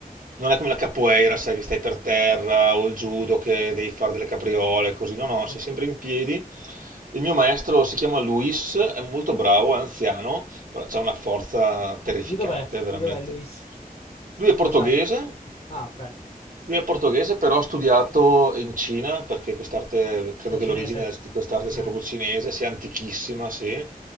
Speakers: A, on the right; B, on the left.
A: non è come la capoeira, sai che stai per terra o il judo che devi fare delle capriole, così. No, no,
B: ok.
A: sei sempre in piedi. Il mio maestro si chiama Luis, è molto bravo, è anziano, però ha una forza terrificante,
B: Di dov'è?
A: veramente.
B: Di dov'è Luis?
A: Lui è portoghese,
B: Lo sai? Ah, bene.
A: lui è portoghese, però ha studiato in Cina, perché quest'arte, credo
B: È cinese?
A: che l'origine di quest'arte sia
B: Eh,
A: proprio cinese, sia antichissima, sì,